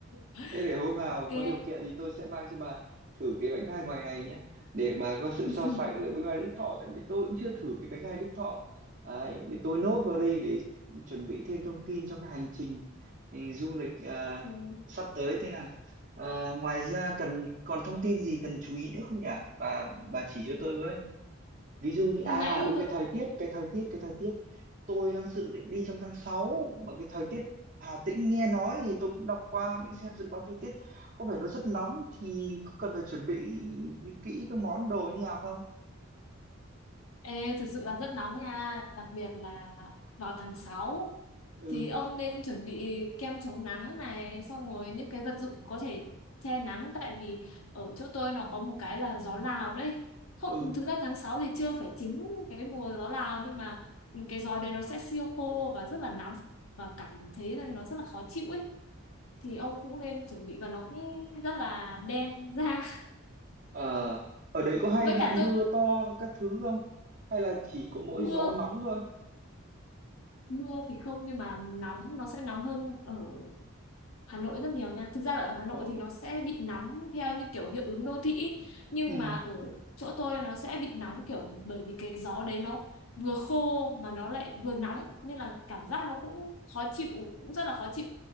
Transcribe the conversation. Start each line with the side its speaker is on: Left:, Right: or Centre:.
Left: <laughs>
Right: Thế để hôm nào
Left: ok
Right: có điều kiện thì tôi sẽ mang cho bà thử cái bánh gai ngoài này nhé để bà có sự
Left: <laughs>
Right: so sánh với bánh gai Đức Thọ tại vì tôi cũng chưa thử cái bánh gai Đức Thọ Đấy, để tôi nốt vào đây để chuẩn bị thêm thông tin cho cái hành trình ừ, du lịch à,
Left: Ok.
Right: sắp tới thế nào À, ngoài ra cần còn thông tin gì cần chú ý nữa không nhỉ bà bà chỉ cho tôi với ví dụ như à
Left: nãy
Right: ừ, cái thời tiết cái thời tiết cái thời tiết tôi đang dự định đi trong tháng 6 mà cái thời tiết Hà Tĩnh nghe nói thì tôi cũng đọc qua mình
Left: tôi
Right: xem dự báo thời tiết có vẻ nó rất nóng thì có cần phải chuẩn bị kỹ các món đồ như nào không
Left: Ê, thực sự là rất nóng nha, đặc biệt là vào tháng sáu
Right: ừ
Left: thì ông nên chuẩn bị kem chống nắng này, xong rồi những cái vật dụng có thể che nắng tại vì ở chỗ tôi nó có một cái là gió Lào đấy. Không,
Right: ừ
Left: thực ra tháng 6 thì chưa phải chính cái mùa gió Lào nhưng mà cái gió đấy nó sẽ siêu khô và rất là nóng và cảm thấy là nó rất là khó chịu ấy. Thì ông cũng nên chuẩn bị và nó cũng rất là đen da.
Right: ờ ở đấy có hay
Left: Với
Right: bị
Left: cả tôi
Right: mưa to các thứ không hay là chỉ có mỗi
Left: mưa
Right: gió nóng thôi
Left: mưa thì không nhưng mà nóng nó sẽ nóng hơn ở Hà Nội rất nhiều nha. Thực ra là ở Hà Nội
Right: Ồ.
Left: thì nó sẽ bị nóng theo như kiểu hiệu ứng đô thị ý. Nhưng
Right: ừ
Left: mà ở chỗ tôi nó sẽ bị nóng kiểu bởi vì cái gió đấy nó vừa khô mà nó lại vừa nóng nên là cảm giác nó cũng khó chịu, cũng rất là khó chịu.